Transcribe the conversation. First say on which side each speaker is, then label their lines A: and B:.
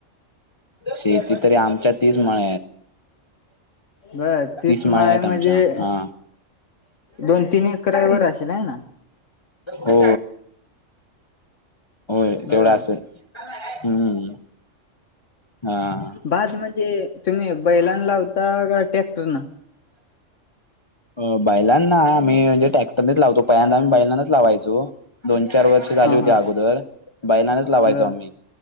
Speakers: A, on the left; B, on the left.
A: शेती तरी आमच्यातच म्ह
B: बर
A: तीस
B: माळे
A: मळ्यात
B: म्हणजे
A: आमच्या हा.
B: दोन तीन एकर वर असशेल आहे ना.
A: हो. होय
B: बर
A: तेवढं असं हम्म हा
B: बाज म्हणजे तुम्ही बैलांना लावता का ट्रॅक्टर ना?
A: अ बैलांना आम्ही म्हणजे ट्रॅक्टरनेच लावतो पयांदा आम्ही बैलांनाच लावायचो. दोन चार वर्ष झाली
B: हा
A: होती
B: हा
A: अगोदर बैलानाच लावायचो
B: बर
A: आम्ही